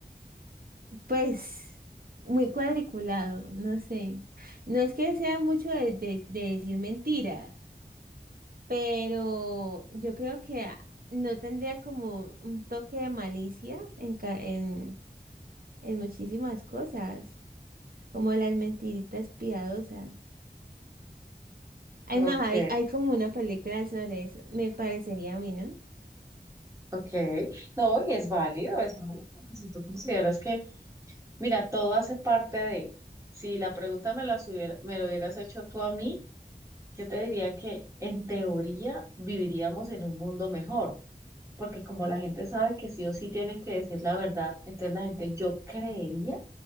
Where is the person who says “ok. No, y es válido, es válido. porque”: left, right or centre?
Right